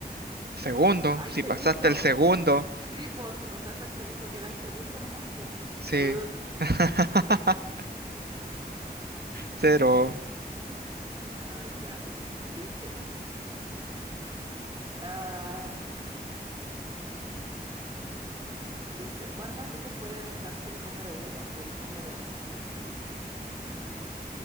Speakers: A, on the right; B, on the right.
A: Segundo.
B: ¡Ay,
A: Si
B: segundo!
A: pasaste el segundo.
B: Sí, po, si pasaste al segundo, quedáis segundo nomás, po.
A: Sí.
B: Eh,
A: <laughs>
B: que soy tonta.
A: ¿Cero?
B: ah ya. Dice. am, dice, ¿cuántas veces puede restarse el número uno del número